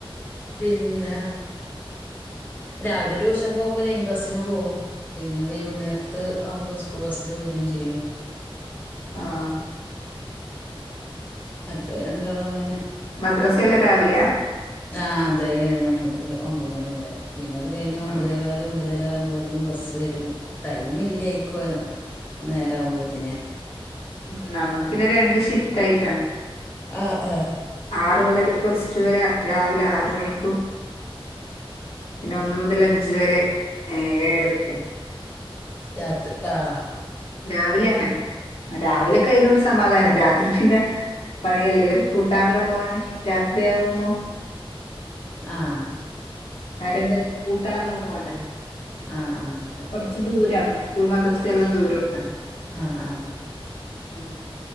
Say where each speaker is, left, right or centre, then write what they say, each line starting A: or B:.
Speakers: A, on the left (about 20°); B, on the left (about 75°).
A: പിന്നെ രാവിലെ ട്യൂഷൻ പോകുമ്പോ ലൈൻ ബസിന് പോവും പിന്നെ വൈകുന്നേരത്ത് ആവുമ്പോ സ്കൂള് ബസ്സിൽ വരും ചെയ്യും
B: ആഹ്
A: മറ്റേ രണ്ടാളും അങ്ങനെ
B: മദ്രസയെല്ലാ രാവിലെയ
A: ആഹ് അതെ ഏഴ് മണി മുതല് ഒൻമ്പത് മണി വരെ പിന്നെ അത് കഴിഞ്ഞ് ഒൻമ്പതേകാല്
B: ആഹ്
A: ഒൻമ്പതര ആകുമ്പോത്തിന് ബസ്സ് വരും ടൈം ഇല്ലെ ആയിക്കൊ നേരം ആകുമ്പോത്തിന്
B: ഉം നമുക്ക് പിന്നെ രണ്ട് ഷിഫ്റ്റ് ആയിട്ടാണ്
A: ആഹ് ഏഹ്
B: ആറ് മുതൽ പ്ലസ് ടു വരെ രാവിലെ ആറ് മണിക്കൂ പിന്നെ ഒന്ന് മുതൽ അഞ്ച് വരെ ഏഹ് ഏഴരയ്ക്കും
A: രാത്രി ആഹ്
B: രാവിലെ തന്നെ രാവിലൊക്കെ അയിനോണ്ട് സമാധാനം രാത്രി പിന്നെ പണിയല്ലേ ഇവര് കൂട്ടാനെല്ലാം പോവാന് രാത്രിയാകുമ്പോ
A: ആഹ്
B: ആരെങ്കിലും ആയിട്ട് കൂട്ടാന്ള്ളെ പോണ്ടെ
A: ആ ആ അതെ
B: ച്ച് ദൂരാണ് സ്കൂൾ മദ്രസ എല്ലാം ദൂരോട്ടാ
A: ആഹ് ആഹ്
B: ഉം